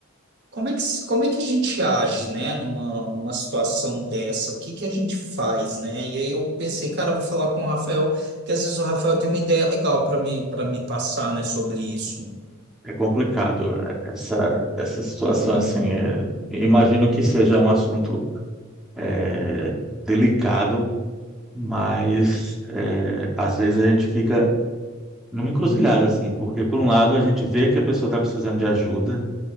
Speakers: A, on the right (about 55°); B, in the centre.
A: Como é que, se- como é que a gente age, né, numa, numa situação dessa? O que que a gente faz, né? E aí eu pensei, cara, eu vou falar com o Rafael, que às vezes o Rafael tem uma ideia legal para me, para me passar, né, sobre isso.
B: É complicado eh, essa, essa situação assim. eh, imagino que seja um assunto eh, delicado, mas eh, às vezes a gente fica numa encruzilhada assim, porque por um lado a gente vê que a pessoa está precisando de ajuda,